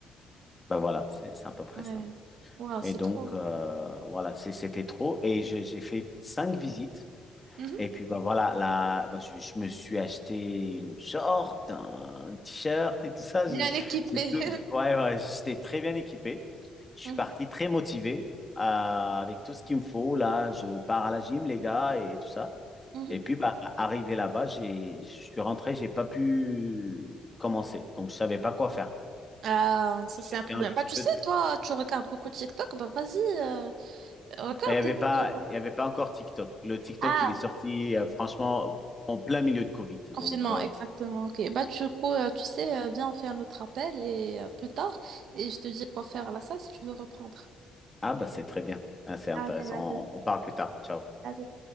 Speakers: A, on the left (about 20°); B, on the right (about 70°).
A: bah voilà, c'est c'est à peu près
B: Ouais.
A: ça.
B: Waouh,
A: Et
B: c'est
A: donc
B: trop.
A: euh, voilà, c'est- c'était trop. Et j'ai j'ai fait cinq visites.
B: Mhm.
A: Et puis bah voilà, là, bah, je, je me suis acheté une short, un t-shirt et tout ça. J'ai
B: Bien équipé.
A: j'ai tout,
B: <laughs>
A: j'ai- ouais, ouais, j'étais très bien équipé. Je
B: Mhm,
A: suis parti très motivé euh, avec tout ce qu'il me faut. Là, je pars à la gym, les gars, et tout ça.
B: mhm.
A: Et puis, bah, arrivé là-bas, j'ai, je suis rentré, j'ai pas pu commencer. Donc, je savais pas quoi faire.
B: Ah, ça,
A: J'ai
B: c'est un problème.
A: fait un petit
B: Bah, tu
A: peu
B: sais,
A: de...
B: toi, tu regardes beaucoup TikTok, bah, vas-y, euh, regarde
A: enfin, Il y avait
B: des vidéos.
A: pas, il y avait pas encore TikTok. Le TikTok,
B: Ah,
A: il est sorti, euh, franchement, en plein milieu de Covid.
B: confinement,
A: Donc, euh,
B: exactement, ok. Bah, du coup, euh, tu sais, euh, viens, on fait un autre appel et euh, plus tard, et je te dis quoi faire à la salle si tu veux reprendre.
A: ah, bah, c'est très bien. Ah, c'est intéressant.
B: Allez, vas-y.
A: On, on parle plus tard. Ciao.
B: Vas-y.